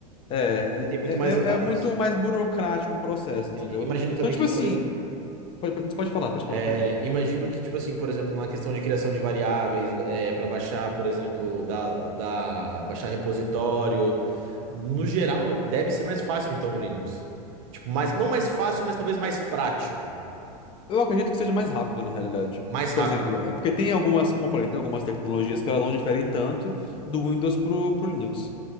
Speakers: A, on the left; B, on the right.
A: É,
B: Ele tem muito
A: é,
B: mais
A: é
B: etapas.
A: é muito mais burocrático o processo,
B: Entendi.
A: entendeu?
B: Imagino também
A: Então, tipo
B: que por,
A: assim,
B: ex-
A: pode, pode pode falar, pode
B: é,
A: falar, perdão.
B: imagino que tipo assim, por exemplo, na questão de criação de variáveis, é, para baixar, por exemplo, da, da baixar repositório, no geral deve ser mais fácil então no Linux. Tipo, mais, não mais fácil, mas talvez mais prático,
A: Eu acredito que seja mais rápido, na realidade.
B: mais
A: Tipo,
B: rápido.
A: por exemplo, é porque tem algumas, como eu falei, tem algumas tecnologias que elas não diferem tanto do Windows pro, pro Linux.